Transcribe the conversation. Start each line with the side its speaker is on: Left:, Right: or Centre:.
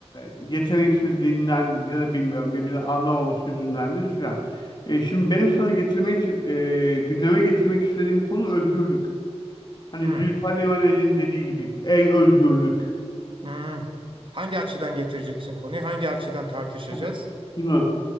Left: yeteneksizliğindendir ya da bilmiyorum birbirini anlamaması yüzündendir filan. E, şimdi benim sana getirmeye, ç- e, gündeme getirmek istediğim konu özgürlük. Hani
Right: Hmm,
Left: Zülfü Livaneli'nin dediği gibi, ey özgürlük.
Right: hmm. Hangi açıdan getireceksin konuyu? Hangi açıdan tartışacağız?
Left: Tabii. Şunu